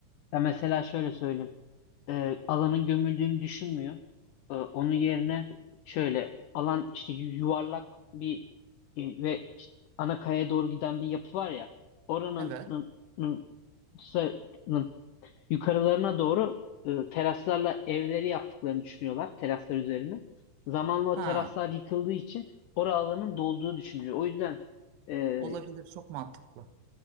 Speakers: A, on the left; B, on the right.
A: Ya mesela şöyle söyleyeyim. Ee, alanın gömüldüğünü düşünmüyor. Ee, onun yerine şöyle alan işte yu- yuvarlak bir e, ve işte ana kayaya doğru giden bir yapı var ya oranın
B: Evet.
A: nın- nın- sa- nın yukarılarına doğru e, teraslarla evleri yaptıklarını düşünüyorlar teraslar üzerine. Zamanla o
B: Ha,
A: teraslar yıkıldığı için orada alanın dolduğu düşünülüyor. O yüzden e,
B: olabilir. Çok mantıklı.